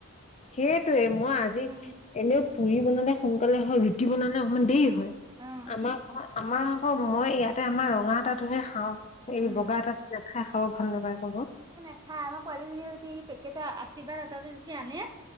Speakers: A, on the left; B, on the right.
A: সেইটোৱে মই আজি
B: উম,
A: এনেও পুৰি বনালে সোনকালে হয় ৰুটি বনালে অকমান দেৰি হয়।
B: অ'।
A: আমাৰ আমাৰ মই ইয়াতে আমাৰ ৰঙা আটাটোহে খাওঁ। এই
B: উম,
A: বগা আটা খাই খাব ভাল নাপায় কনো।
B: খাই আমাৰ পোৱালিজনীয়ে যদি পেকেট আশীৰ্বাদ আতা টো যদি আনে